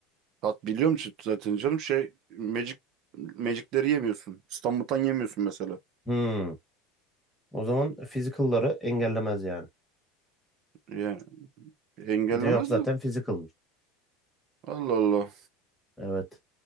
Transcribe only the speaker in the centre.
Hmm. O zaman physical'ları engellemez yani.
Cevap zaten
physical'mış.
Evet.